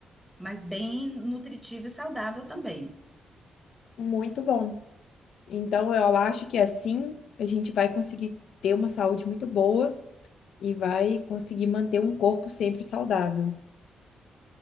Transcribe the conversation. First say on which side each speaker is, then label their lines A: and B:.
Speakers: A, in the centre; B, on the left.
A: mas bem nutritivo e saudável também.
B: Muito bom. Então eu acho que assim a gente vai conseguir ter uma saúde muito boa e vai conseguir manter um corpo sempre saudável.